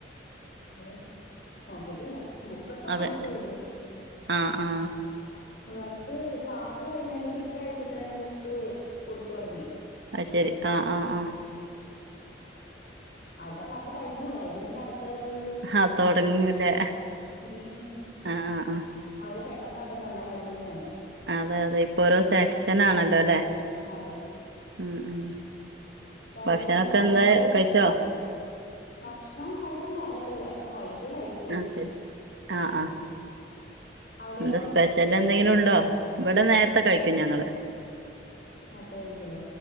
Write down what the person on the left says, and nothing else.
ഓ നോക്കിട്ടില്ല ബുക്കൊക്കെ
വാങ്ങിച്ചാഴ്ര്ന്നു.
ഇവർക്ക് ക്ലാസ് കഴിഞ്ഞേന്റെ പിറ്റേ ആഴ്ച്ച തന്നെ ബുക്ക് കൊടുത്തു തൊടങ്ങി.
ആദ്യത്തെ ക്ലാസ് കഴിഞ്ഞോള്ളു അയിന് മുന്നേ അടുത്തേത്
ഉം
അവര് പെട്ടെന്ന് പെട്ടെന്ന് നല്ല കാര്യങ്ങൾ ചെയ്യ്ണേ.
അതെ
അപ്പൊ അവര്
തന്നെ രണ്ട്
ഭക്ഷണം കഴിക്കാൻ നേരായിട്ടില്ല വൈകി കഴി
അവിടെയോ
നേര്ത്തെ കഴിക്കുല്ലേ